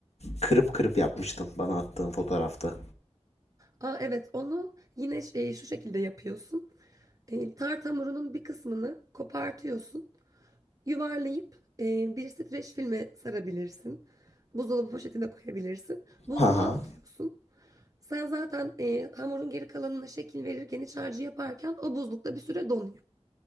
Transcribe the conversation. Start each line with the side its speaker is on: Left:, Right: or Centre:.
Left: kırıp kırıp yapmıştın bana attığın fotoğrafta.
Right: Aa, evet onu yine şey, şu şekilde yapıyorsun. E, tart hamurunun bir kısmını kopartıyorsun. Yuvarlayıp e, bir streç filme sarabilirsin. Buzdolabı poşetine koyabilirsin. Buzluğa
Left: Ha ha.
Right: atıyorsun. Sen zaten e, hamurun geri kalanına şekil verirken iç harcı yaparken o buzlukta bir süre donuyor.